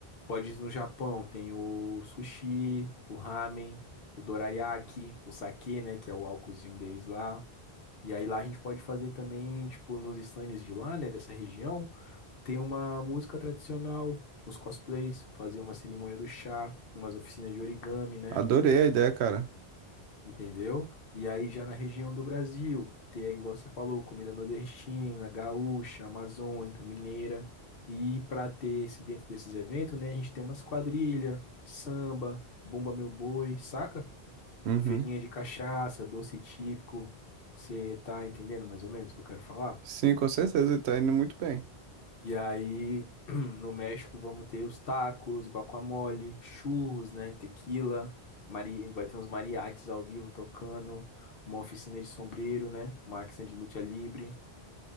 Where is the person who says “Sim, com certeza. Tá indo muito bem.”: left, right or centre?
Right